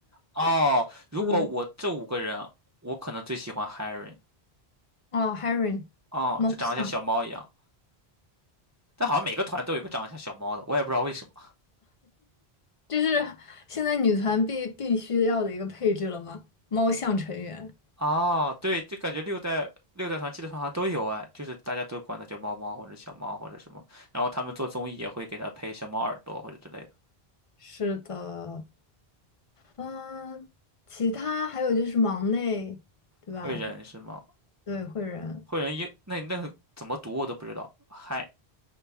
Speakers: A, on the right; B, on the left.
A: 哦，如果我这五个人，
B: 嗯，
A: 我可能最喜欢 Harry。
B: 哦，Harry
A: 哦，
B: 猫像，
A: 就长得像小猫一样，但好像每个团都有一个长得像小猫的，我也不知道为什么。
B: 这是现在女团必必须要的一个配置了吗？猫像成员。
A: 哦，对，就感觉六代六代团、七代团好像都有哎，就是大家都管它叫猫猫或者小猫或者什么，然后他们做综艺也会给他配小猫耳朵或者之类的。
B: 是的，嗯，其他还有就是忙内，对吧？
A: 惠人是吗？
B: 对，会人
A: 惠人英那那个怎么读我都不知道 h